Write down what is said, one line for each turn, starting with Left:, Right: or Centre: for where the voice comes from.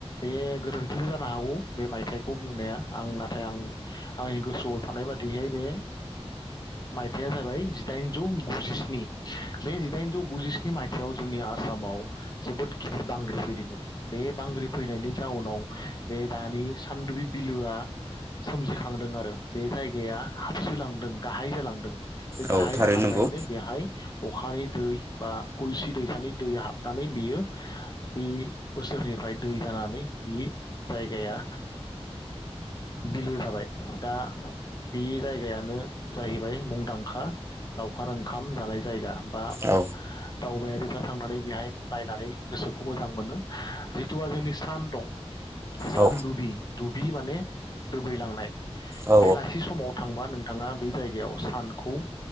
Left: बे गोरोन्थिबो जानो हागौ बे मायथाइखौ बुंनाया आं नाथाय आं आंनि गोसोआव थानाय बादिहै बे मायथाइया जाबाय जिदाइनजौ गुजिस्नि बे जिदाइनजौ गुजिस्नि मायथाइयाव जोंनि आसामाव जोबोद गिथिर बांग्रिं फैदोंमोन बे बांग्रिं फैनायनि जाउनाव बे दानि सान्दुबि बिलोआ सोमजिखांदों आरो बे जायगाया हाबसोलांदों गाहाय जालांदों। बे गाहाय
Right: औ थारैनो
Left: जालांबायनो
Right: नंगौ
Left: बेहाय अखानि दै बा कुलसि दैसानि दैया हाबनानै बियो बे बोसोरनिफ्राय दै जानानै बे जायगाया बिलो जाबाय दा बे जायगायानो जाहैबाय मुंदांखा लावखार ओंखाम जानाय जायगा बा
Right: औ
Left: दावबायारिफ्रा थांनानै बेहाय नायनानै गोसोखौ मोजां मोनो जिथुआ जोंनि सान दं। सान
Right: औ
Left: दुबि दुबि माने दोबैलांनाय।
Right: औ
Left: बेलासि समाव थांबा नों थाङा बे जायगायाव सानखौ